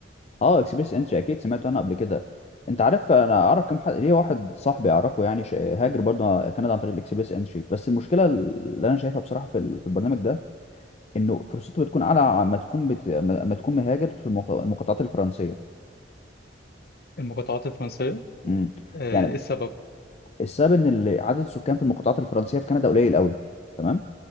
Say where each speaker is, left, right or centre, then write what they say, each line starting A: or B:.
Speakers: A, on the left; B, on the left.
A: اه اكسبيرينس انتري اكيد سمعت عنها قبل كده انت عارف انا اعرف كم حد ليه واحد صاحبي اعرفه يعني ش- هاجر برضه كندا عن طريق الاكسبريس انتري بس المشكله اللي انا شايفها بصراحه في ال- في البرنامج ده انه فرصته بتكون اعلى ما تكون بت... ما ما تكون مهاجر في المق- المقاطعات الفرنسيه
B: المقاطعات الفرنسيه
A: امم
B: أه،
A: يعني
B: ايه السبب
A: السبب ان ال- عدد السكان في المقاطعات الفرنسيه في كندا قليل قوي تمام